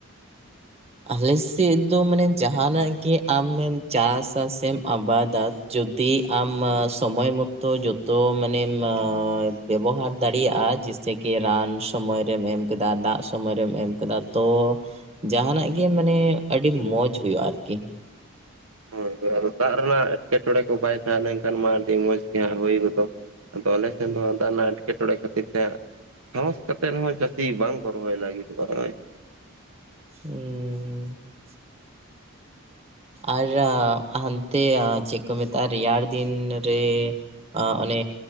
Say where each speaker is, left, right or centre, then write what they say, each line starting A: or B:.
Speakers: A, on the right (about 30°); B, on the right (about 75°).
A: ᱟᱞᱮ ᱥᱮᱫ ᱫᱚ ᱢᱟᱱᱮ ᱡᱟᱦᱟᱸ ᱱᱟᱜ ᱜᱮ ᱟᱢᱮᱢ ᱪᱟᱥᱟ ᱥᱮᱢ ᱟᱵᱟᱫᱟ ᱡᱚᱫᱤ ᱟᱢ ᱥᱚᱢᱚᱭ ᱢᱚᱛᱚ ᱡᱚᱛᱚ ᱢᱟᱱᱮᱢ ᱵᱮᱵᱚᱦᱟᱨ ᱫᱟᱲᱮᱭᱟᱜᱼᱟ ᱥᱮᱠᱤ ᱨᱟᱱ ᱥᱚᱢᱚᱭ ᱨᱮᱢ ᱮᱢ ᱠᱮᱫᱟ ᱫᱟᱜ ᱥᱚᱢᱚᱭ ᱨᱮᱢ ᱮᱢ ᱠᱮᱫᱟ ᱛᱚ ᱡᱟᱦᱟᱸᱱᱟᱜ ᱜᱮ ᱢᱟᱱᱮ ᱟᱹᱰᱤ ᱢᱚᱸᱡᱽ ᱦᱩᱭᱩᱜᱼᱟ ᱟᱨᱠᱤ ᱾
B: ᱦᱳᱭ ᱦᱳᱭ ᱫᱟᱜ ᱨᱮᱱᱟᱜ ᱮᱴᱠᱮᱴᱚᱬᱮ ᱠᱚ ᱵᱟᱭ ᱛᱟᱦᱮᱸ ᱞᱮᱱᱠᱷᱟᱱ ᱢᱟ ᱟᱹᱰᱤ ᱢᱚᱸᱡᱽ ᱜᱮ ᱦᱟᱸᱜ ᱦᱩᱭ ᱜᱚᱫᱚᱜ ᱾ ᱟᱫᱚ ᱟᱞᱮ ᱥᱮᱱ ᱫᱚ ᱦᱟᱸᱜ ᱫᱟᱜ ᱨᱮᱱᱟᱜ ᱮᱴᱠᱮᱴᱚᱬᱮ ᱠᱷᱛᱤᱨ ᱛᱮ ᱥᱟᱦᱚᱸᱥ ᱠᱟᱛᱮ ᱨᱮᱦᱚᱸ ᱪᱟᱹᱥᱤ ᱵᱟᱝ ᱠᱚ ᱨᱚᱦᱚᱭ ᱞᱟᱹᱜᱤᱫᱚᱜᱼᱟ, ᱦᱚᱸᱜᱼᱚᱭ
A: ᱦᱩᱸ ᱾ ᱦᱩᱸ ᱾ ᱟᱨ ᱦᱟᱱᱛᱮ ᱪᱮᱫ ᱠᱚ ᱢᱮᱛᱟᱜᱼᱟ ᱨᱮᱭᱟᱲ ᱫᱤᱱ ᱨᱮ ᱟᱜ ᱩᱱᱤ